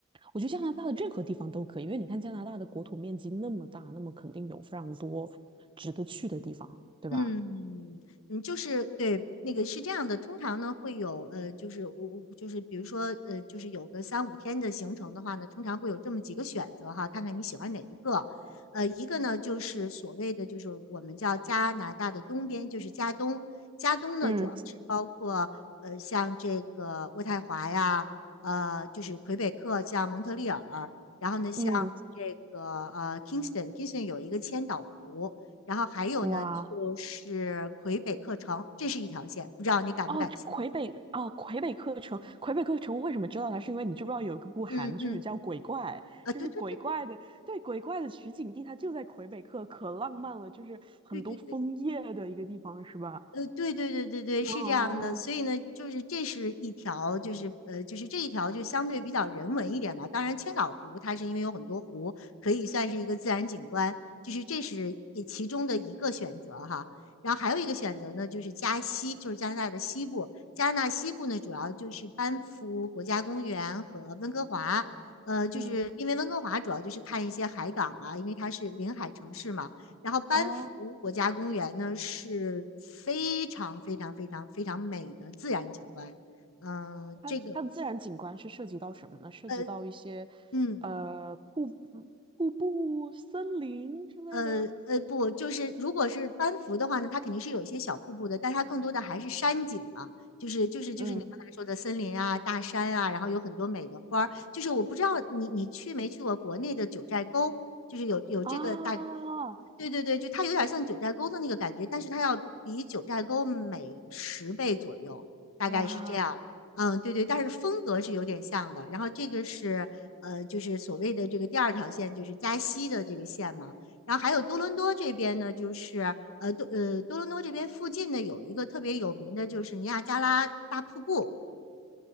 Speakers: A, on the right; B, on the left.
A: 我觉得加拿大的任何地方都可以，因为你看加拿大的国土面积那么大，那么肯定有非常多值得去的地方，对吧？
B: 嗯，嗯，就是对那个是这样的，通常呢会有呃，就是我我就是比如说呃，就是有个三五天的行程的话呢，通常会有这么几个选择哈，看看你喜欢哪一个。呃，一个呢就是所谓的就是我们叫加拿大的东边，就是加东。加东呢主要是包括呃像这个渥太华呀，
A: 嗯
B: 呃就是魁北克，像蒙特利尔，然后呢像这个呃
A: 嗯，
B: Kingston，Kingston 有一个千岛湖。然后还有呢，
A: 哇，
B: 就是魁北克城，这是一条线，不知道你感不感兴趣？
A: 哦，这魁北哦，魁北克城，魁北克城，我为什么知道它？是因为你知不知道有一部韩剧叫《鬼怪》，
B: 嗯嗯，啊，
A: 就是鬼怪的，
B: 对对对
A: 对，鬼怪的取景地，它就在魁北克，可浪漫了，就是很多枫叶的一个地方，
B: 对对对对，
A: 是吧？
B: 呃，对对对对对，是这样的，
A: 哦，
B: 所以呢，就是这是一条，就是呃，就是这一条就相对比较人文一点吧。当然，千岛湖它是因为有很多湖，可以算是一个自然景观，就是这是也其中的一个选择哈。然后还有一个选择呢，就是加西，就是加拿大的西部。加拿大西部呢，主要就是班夫国家公园和温哥华。呃，就是因为温哥华主要就是看一些海港啊，
A: 嗯，
B: 因为它是临海城市嘛。然后班夫国家公园呢是非常非常非常非常美的自然景观，
A: 啊，嗯
B: 嗯、呃这个
A: 它它的自然景观是涉及到什么呢？涉及到一些
B: 呃嗯
A: 呃瀑布瀑布、森林之类的。
B: 呃呃，不，就是如果是班服的话呢，它肯定是有一些小瀑布的，但它更多的还是山景嘛，就是就是就是你刚才说的森林啊、
A: 嗯
B: 大山啊，然后有很多美的花儿。就是我不知道你你去没去过国内的九寨沟，就是有有这个大，
A: 啊，
B: 对对对，就它有点像九寨沟的那个感觉，但是它要比九寨沟美十倍左右，大概是这样。
A: 哇，
B: 嗯，对对，但是风格是有点像的。然后这个是呃，就是所谓的这个第二条线，就是加西的这个线嘛。然后还有多伦多这边呢，就是呃多呃多伦多这边附近呢有一个特别有名的，就是尼亚加拉大瀑布，